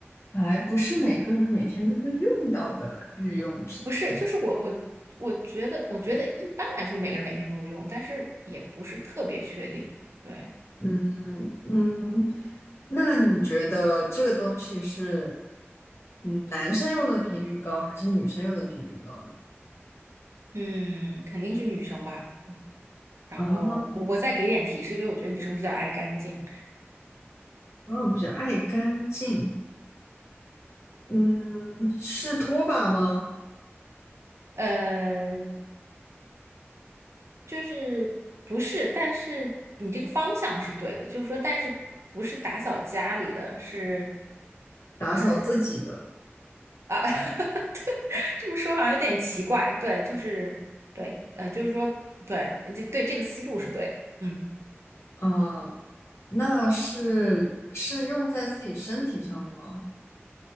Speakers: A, on the left (about 75°); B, on the right (about 80°).
A: 还不是每个人每天都会用到的日用品。
B: 不是，就是我我我觉得，我觉得一般来说每个人每天都会用，但是也不是特别确定。对，
A: 嗯嗯，那你觉得这个东西是嗯男生用的频率高，还是女生用的频率高呢？
B: 嗯，肯定是女生吧。然后我我再给点提示，
A: 啊，
B: 因为我觉得女生比较爱干净。
A: 啊，比较爱干净，嗯，是拖把吗？
B: 呃，就是不是，但是你这个方向是对的，就是说，但是不是打扫家里的是
A: 打扫自己的，
B: 呃啊，<laughs> 这么说好像有点奇怪。对，就是对，呃，就是说对，这对这个思路是对的。嗯，
A: 啊，那是是用在自己身体上的吗？